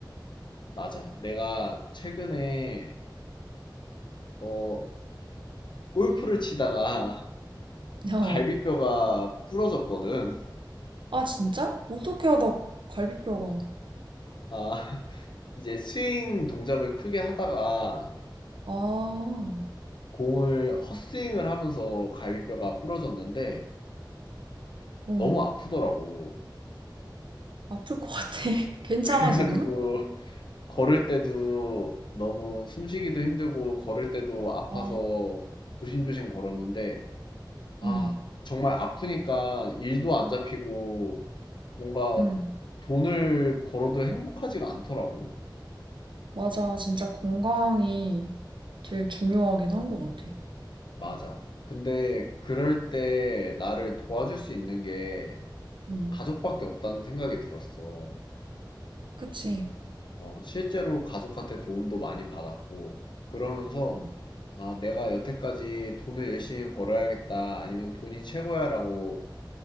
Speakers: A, on the left (about 70°); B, on the right (about 75°).
A: 맞아. 내가 최근에, 어, 골프를 치다가 <laughs>
B: <laughs> 어.
A: 갈비뼈가 부러졌거든.
B: 아, 진짜? 어떻게 하다 갈비뼈가.
A: 아, <laughs> 이제 스윙 동작을 크게 하다가
B: 아,
A: 공을 헛스윙을 하면서 갈비뼈가 부러졌는데
B: 어,
A: 너무 아프더라고.
B: 아플 것 같아. <laughs> 괜찮아,
A: <laughs> 그래가지고
B: 지금은?
A: 걸을 때도 너무 숨쉬기도 힘들고 걸을 때도 아파서
B: 아,
A: 조심조심 걸었는데 아,
B: 응,
A: 정말 아프니까 일도 안 잡히고 뭔가
B: 응.
A: 돈을 벌어도 행복하지가 않더라고.
B: 맞아. 진짜 건강이 제일 중요하긴 한 것 같아.
A: 맞아. 근데 그럴 때 나를 도와줄 수 있는 게
B: 응,
A: 가족밖에 없다는 생각이 들었어.
B: 그치.
A: 어, 실제로 가족한테 도움도 많이 받았고, 그러면서
B: 응.
A: 아, 내가 여태까지 돈을 열심히 벌어야겠다, 아니면 돈이 최고야라고